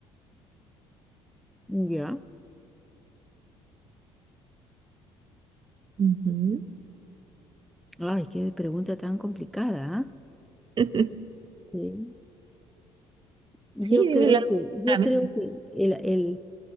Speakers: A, in the centre; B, on the right.
A: Ya.
B: Ujú.
A: Ay, qué pregunta tan complicada, ¿ah?
B: <laughs>
A: Sí. Yo
B: Sí, dímelo
A: creo
B: algo
A: que, yo
B: claramente.
A: creo que el, el-